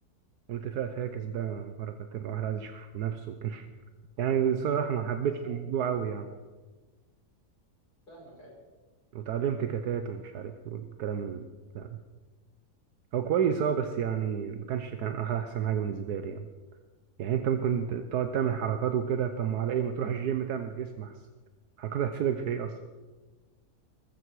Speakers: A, on the right; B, on the left.
A: قلت فيها فاكس بقى حركات الواحد عايز يشوف نفسه وكده <laughs> يعني بصراحة ما حبيتش
B: بالظبط
A: الموضوع أوي يعني
B: فاهمك أيوه
A: وتعلمت كتات ومش عارف إيه والكلام ال- يعني هو كويس أه بس يعني ما كانش كان أحلى أحسن حاجة بالنسبة لي يعني يعني أنت ممكن ت- تقعد تعمل حركات وكده طب ما على إيه ما تروح الجيم تعمل جسم أحسن الحركات هتفيدك في إيه أصلا